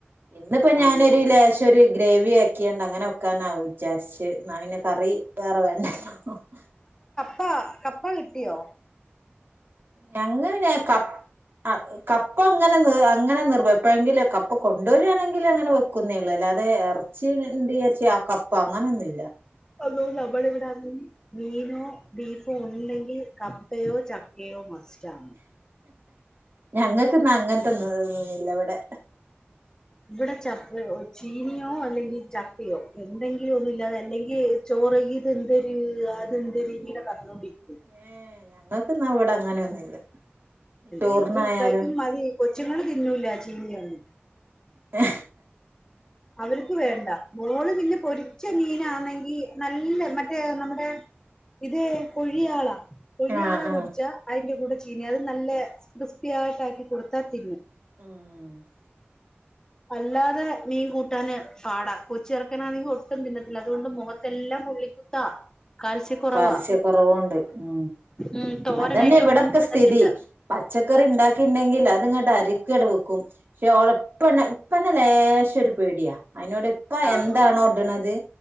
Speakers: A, on the right; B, on the left.
A: ഇന്നിപ്പോ ഞാനൊരു
B: ആണല്ലേ
A: ലേശൊര് ഗ്രേവി ആക്കിയിണ്ട് അങ്ങനെ വക്കാനാ വിചാരിച്ചു എന്നാ പിന്നെ കറി വേറെ വേണ്ട <inaudible>
B: കപ്പാ കപ്പ കിട്ടിയോ
A: ഞങ്ങ പിന്നെ കപ്പ കപ്പ അങ്ങനെ നി അങ്ങനെ നിർ എപ്പോഴെങ്കിലും കപ്പ കൊണ്ടുവര്യയാണെങ്കിൽ അങ്ങനെ വെക്കുന്നേ ഉള്ളൂ അല്ലാതെ ഇറച്ചിയിണ്ട് വിചാരിച്ചി കപ്പ അങ്ങനെയൊന്നുമില്ല
B: അള്ളോ നമ്മളെ ഇവിടെ ആണെങ്കിൽ മീനോ ബീഫോ ഉണ്ടെങ്കിൽ കപ്പയോ ചക്കയോ മസ്റ്റാ
A: ഞങ്ങൾക്ക്ന്ന് അങ്ങനത്തൊന്ന് ഇല്ലിവിടെ
B: ഇവിടെ ചക്ക ചീനിയോ അല്ലെങ്കിൽ ചക്കയോ എന്തെങ്കിലും ഒന്നുമില്ലാതെ അല്ലെങ്കിൽ ചോറ് ഇത് എന്തര് അതെന്തര് ഇങ്ങനെ പറഞ്ഞോണ്ടിരിക്കും
A: ഏ ഞങ്ങൾക്ക്ന്നാ ഇവിടെ അങ്ങനെയൊന്നുല്ല ചോറിനായാലും
B: എനിക്കും ഇത്തായിക്കും മതി കൊച്ചുങ്ങൾ തിന്നൂല ലാന്ന്
A: ഹ
B: അവർക്ക് വേണ്ട മോള് പിന്നെ പൊരിച്ച മീനാന്നെങ്കി ഈ നല്ല മറ്റേ നമ്മുടെ ഇതേ കൊഴിയാളാ കൊഴിയാള
A: ആഹ് ആഹ്
B: പൊരിച്ച ഐ അതിന്റെ കൂടെ ചീനി അത് നല്ല ക്രിസ്പിയായിട്ട് ആക്കി കൊടുത്താ തിന്നും
A: <inaudible>
B: അല്ലാതെ കൂട്ടാന് പാടാ കൊച്ചെറുക്കൻ
A: ഉം
B: ആണെങ്കിൽ ഒട്ടും തിന്നതിലാ അതുകൊണ്ട് മുഖത്തെല്ലാം പുള്ളിക്കുത്താ കാൽസ്യക്കുറവാ
A: ആ കാൽസ്യക്കുറവുണ്ട് ഉ
B: ഉം തോരനായിട്ട്
A: അതെന്നെ ഇവിടൊക്കെ
B: ഒന്നും തിന്നത്തില്ല
A: സ്ഥിതി പച്ചക്കറി ഉണ്ടാക്കിണ്ടെങ്കിൽ അത് അതങ്ങട്ട് അരിക്കട വെക്കും പക്ഷെ ഓളെഉപ്പനെ ഇപ്പനെ ലേശം ഒരു പേടിയാ അതിനോട് ഇപ്പ
B: ആഹ്
A: എന്താണോ ഇടണത്